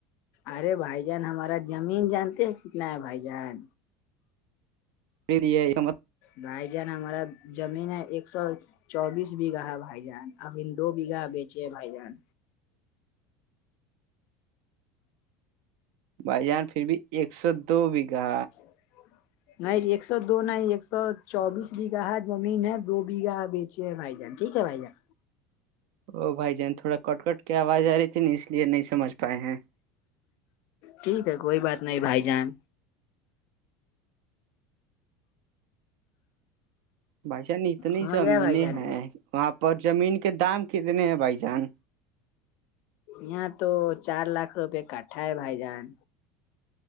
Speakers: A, on the left (about 60°); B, on the right (about 70°).
A: ارے بھائی جان ہمارا زمین جانتے ہیں کتنا ہے بھائی جان
B: پ ہے م
A: بھائی جان ہمارا جمین ایک سو چوبیس بیگھا ہے بھائی جان ابھی دو بیگھہ بیچے بھائی جان
B: بھائی جان پھر بھی ایک سو دو بیگا
A: <unintelligible> نہیں ایک سو دو نہیں ایک سو چوبیس بیگھا ہے زمین ہے دو بیھہ بیچ بائی جان ٹیک ہے بائی جان
B: او بھائی جان تھوڑا کٹ کٹ کی آواز آ رہی تھی ن اس لیے نہیں سمجھ پائے ہیں
A: ٹھیک ہے کوئی بات نہیں بھائی جان
B: بھائی جان اتنی
A: سمجھ
B: زمینیں
A: آئے بھائی جان
B: ہیں وہاں پر زمین کے دام کتنے ہیں بھائی جان
A: یہاں تو چار لاکھ روپئے کاٹھا ہے بھائی جان